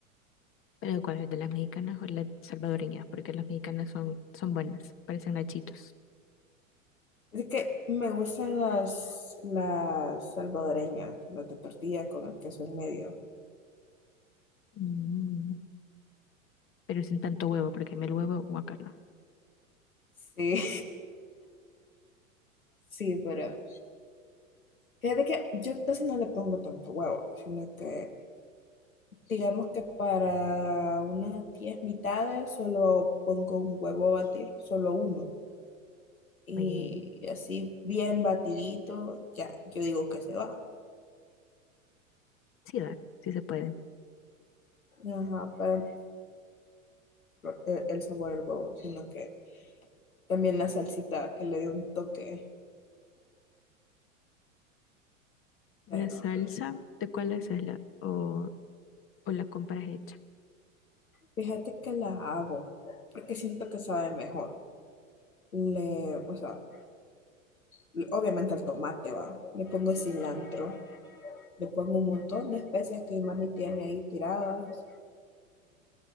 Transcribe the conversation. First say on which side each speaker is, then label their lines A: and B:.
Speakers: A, on the left (about 30°); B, on the left (about 85°).
A: pero ¿cuál es de las mexicanas o las salvadoreñas? Porque las mexicanas son, son buenas, parecen nachitos.
B: Es que me gustan las, las salvadoreñas, las de tortilla con el queso en medio.
A: Mm, pero sin tanto huevo, porque a mí el huevo, guacala.
B: Sí, <laughs> sí, pero fíjate que yo casi no le pongo tanto huevo, sino que Digamos que para unas 10 mitades solo pongo un huevo a batir, solo uno. Y
A: Y
B: así bien batidito, ya yo digo que se va.
A: sí va, sí se puede.
B: Ajá, para el, el sabor del huevo, sino que también la salsita que le dio un toque.
A: La
B: Pero
A: salsa, ¿de cuál haces la o, o la compras hecha?
B: fíjate que la hago, porque siento que sabe mejor. Le, o sea, le- obviamente al tomate va. Le pongo cilantro, le pongo un montón de especias que mi mami tiene ahí tiradas.